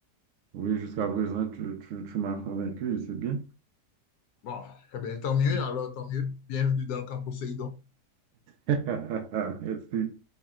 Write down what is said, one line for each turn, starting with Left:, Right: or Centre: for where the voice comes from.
Right: Oui, jusqu'à présent, tu, tu, tu m'as convaincu et c'est bien.
Left: Bon, eh bien, tant mieux, alors tant mieux. Bienvenue dans le camp Poséidon.
Right: <laughs> Merci.